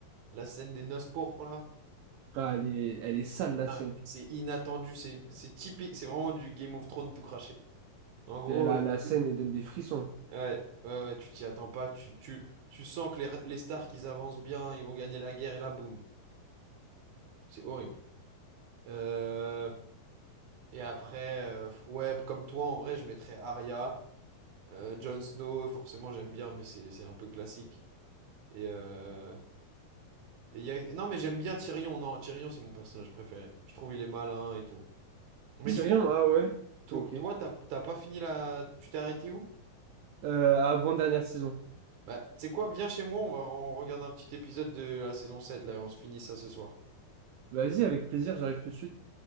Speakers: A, on the right; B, on the right.
A: la scène des noces pourpres, là.
B: Ah, elle est, elle est sale, la
A: Dingue.
B: scène.
A: C'est inattendu, c'est c'est typique. C'est vraiment du Game of Thrones tout craché. En gros,
B: Et La,
A: ouais,
B: la scène, elle donne des frissons.
A: ouais, ouais, ouais, tu t'y attends pas. Tu, tu, tu sens que les, les Stark, ils avancent bien, ils vont gagner la guerre, et là, boum. C'est horrible. Euh, et après, euh, ouais, comme toi, en vrai, je mettrais Arya. Euh, Jon Snow, forcément, j'aime bien, mais c'est c'est un peu classique. Et. euh, Et il y a- Non, mais j'aime bien Tyrion. Non, Tyrion, c'est mon personnage préféré. Je trouve il est malin et tout. Mais
B: Tyrion,
A: du coup,
B: ah ouais.
A: toi,
B: Ok.
A: toi, t'as t'as pas fini la... Tu t'es arrêté où?
B: Euh, avant-dernière saison.
A: Bah, tu sais quoi? Viens chez moi, on va on regarde un petit épisode de la saison 7 là, et on se finit ça ce soir.
B: Vas-y, avec plaisir, j'arrive tout de suite.